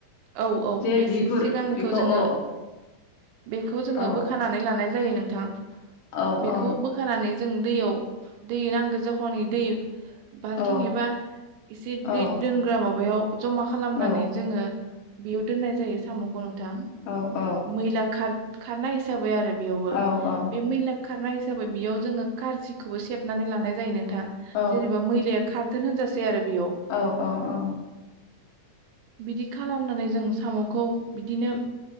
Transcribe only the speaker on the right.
औ औ
बे
सो सिगांनिखौ
जोङो
बेखौ जोङो
बोखानानै लानाय जायो नोंथां।
बेखौ
बोखानानै जों दैयाव दै नांगौ जखनि दै बाल्थिं
एबा एसे
दै दोनग्रा माबायाव जमा खालामनानै
जोङो बेयाव दोननाय जायो साम'खौ नोंथां।
मैला खार खारनाय हिसाबै आरो बेयावबो
बे मैला खारनाय हिसाबै बेयाव जोङो खारजिखौबो सेबनानै लानाय जायो नोंथां
जेनेबा मैलाया खारथो होनजा से आरो बेयाव
बिदि खालामनानै जों साम'खौ बिदिनो